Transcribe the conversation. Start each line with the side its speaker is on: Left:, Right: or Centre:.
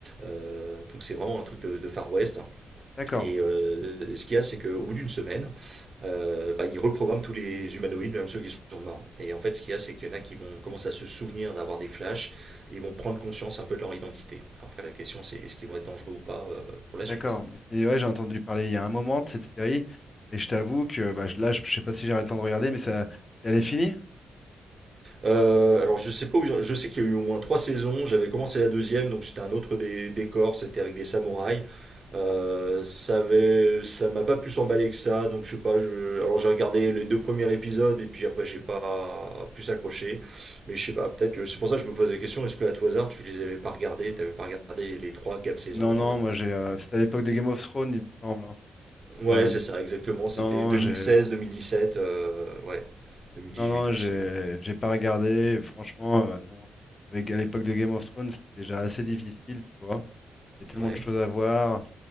Right: Euh, donc c'est vraiment un truc de, de Far West.
Left: d'accord,
Right: Et euh, ce qu'il y a, c'est qu'au bout d'une semaine, euh, bah, ils reprogramment tous les humanoïdes, même ceux qui sont morts. Et en fait, ce qu'il y a, c'est qu'il y en a qui vont commencer à se souvenir d'avoir des flashs, ils vont prendre conscience un peu de leur identité. Après, la question, c'est est-ce qu'ils vont être dangereux ou pas euh, pour la suite
Left: d'accord. Mais c'est, ouais, j'ai entendu parler il y a un moment de cette série. Et je t'avoue que bah, je- là, je, je sais pas si j'aurai le temps de regarder, mais ça, elle est finie?
Right: Euh, alors je sais pas où je sais qu'il y a eu au moins trois saisons. J'avais commencé la deuxième, donc c'était un autre dé- décor, c'était avec des samouraïs. Euh, ça avait, ça m'a pas plus emballé que ça, donc je sais pas. Je, alors j'ai regardé les deux premiers épisodes et puis après j'ai pas plus accroché. Mais je sais pas, peut-être que c'est pour ça que je me posais la question. Est-ce que à tout hasard tu les avais pas regardés, t'avais pas regardé les, les trois, quatre saisons
Left: Non, non,
Right: euh.
Left: moi j'ai, euh, c'était à l'époque de Game of Thrones, il me semble. hein.
Right: Ouais,
Left: Euh,
Right: c'est ça, exactement. C'était
Left: Non, non,
Right: 2016,
Left: j'ai
Right: 2017, euh, ouais, deux mille dix
Left: non, non,
Right: huit aussi,
Left: j'ai
Right: ouais.
Left: j'ai pas regardé. Franchement, euh, non, non. Avec, à l'époque de Game of Thrones, c'était déjà assez difficile, tu vois. Il y avait tellement
Right: Ouais.
Left: de choses à voir.